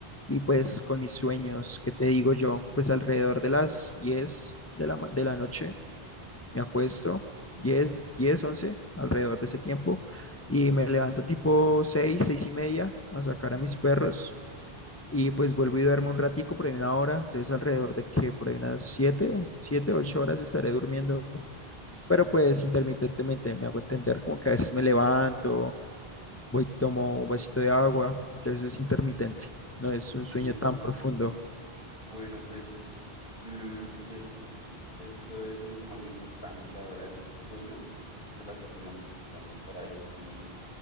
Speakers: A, on the left; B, on the left.
A: y pues con mis sueños, ¿qué te digo yo? Pues alrededor de las 10 de la, ma- de la noche me acuesto, 10 10 11 alrededor de ese tiempo, y me levanto tipo 6 6 y media a sacar a mis perros y pues vuelvo y duermo un ratico por ahí una hora, entonces alrededor de que por ahí unas 7 7 8 horas estaré durmiendo, pero pues intermitentemente me hago entender como que a veces me levanto. Voy, tomo un vasito de agua, entonces es intermitente, no es un sueño
B: Y entiendo.
A: tan profundo
B: Bueno, pues... Mm, sí es Eso es un tema muy importante, la verdad, el sueño es de las cosas más importantes para esto y